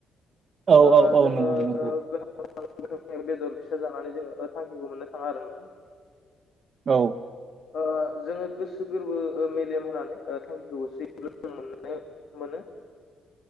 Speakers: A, on the right; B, on the left.
A: औ
B: ओ
A: औ औ
B: जोङो
A: नंगौ नंगौ
B: ओ गोनां बेदर फिसा जानानै जोङो थांखिखौ मोननो थाङा आरो नोंथां
A: औ
B: ओ जोङो गोसो गोरबो मेलेम होनानै ओ थांखिखौ होसोयोब्ला जों मोन्नो मोनो नो